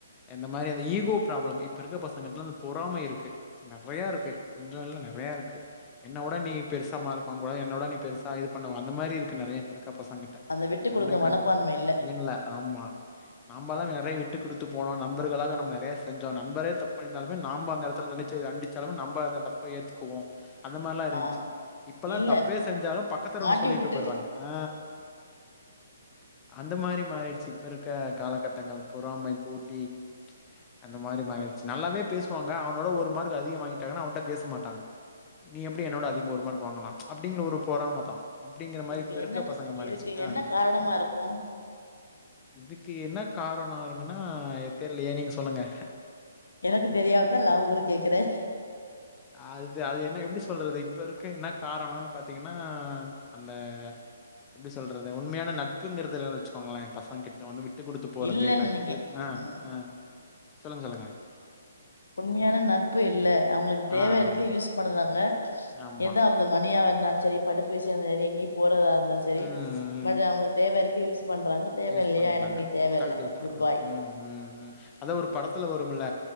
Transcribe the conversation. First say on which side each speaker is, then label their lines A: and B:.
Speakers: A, on the left; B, on the left.
A: இந்த மாரி அந்த ஈகோ ப்ராப்ளம் இப்பருக்க பசங்க கிட்ட அந்த பொறாம இருக்கு நறையா இருக்கு கொஞ்சொ இல்ல நறையாருக்கு என்ன விட நீ பெருசு சமமாருக்க கூடது என்னோட நீ பெருசா இது பண்ணுவ அந்த மாரி இருக்கு நறைய இப்பருக்கபசங்க
B: அந்த விட்டு
A: நானே
B: கொடுக்க மனப்பான்மை
A: காட்ட போர
B: இல்ல
A: விண்ல ஆமா நம்ம தா நெறைய விட்டு குடுத்து போனோ நண்பர்களாக நெறையசெஞ்சோ நண்பரே தப்பண்ணிருந்தாலுமே நாம அந்த எடத்துல நினச்ச ச்சு தண்டிச்சாலுமே நம்ம அந்த தப்ப ஏத்துக்குவோ அந்த மாரிலா இருந்துச்சு
B: ஆ
A: இப்பெல்லா
B: இல்ல
A: தப்பே செஞ்சாலு பக்கத்தெருவுல
B: மாட்டி
A: சொல்லிட்டு
B: விட்டுட்டு
A: போயிருறாங்க ஆ அந்த மாரி மாறிருச்சு இப்பருக்க காலகட்டங்கள் பொறாமை போட்டி அந்த மாரி மாறியிருச்சு நல்லாவே பேசுவாங்க அவனோட ஒரு மார்க் அதிக வாங்கிட்டாங்கனா அவன்ட்ட பேச மாட்டாங்க நீ எப்டி என்னோட அதிகோ ஒரு மார்க்வாங்கலா ம்ச் அப்டிங்கற ஒரு பொறாம தா அப்டிங்கிற மாரி
B: இதுக்கு
A: இப்பிருக்க
B: என்ன
A: பசங்க மாறிருச்சுங்க
B: இதுக்கு என்ன காரணமா இருக்கு
A: இதுக்கு என்ன காரணொ இருக்குனா தெர்லயே நீங்க சொல்லுங்க
B: எனக்கு தெரியாததே நா உங்கள கேக்குறே
A: அது அது என்ன எப்டி சொல்றது இப்ப இரு க்கு என்ன காரணொனு பாத்தீங்கனா அந்த எப்டி சொல்றது உண்மையான நட்புங்கறதுல்ல வச்சுக்கோங்களே பசங்க கிட்ட ட வந்து விட்டு கொடுத்து போறது
B: இல்லன்னு
A: நட்பு
B: நெனைக்கே
A: ஆ
B: ம்
A: ஆ சொல்லுங்க சொல்லுங்க
B: உண்மையான நட்பு இல்ல அவங்களுக்கு
A: ஆ
B: தேவ
A: ஆ,
B: இருக்கு யூஸ் பண்ணுறாங்க
A: ஆமா
B: ஏதா அது மணியாருந்தாலு சரி படிப்பு விசியோ வேர எங்கியு போறதாருந்தாலு சரி
A: ம்
B: பட் அவங்களுக்கு தேவ இருக்கு யூஸ் பண்றாங்க தேவ
A: யூஸ்
B: இல்லையா
A: பண்றாங்க
B: எனக்கு நீ தேவயில்ல
A: கழட்டி விட்டுர்றாங்க
B: குட் பாய்
A: உம் உம் உம் அதா ஒரு படத்துல வரும் இல்ல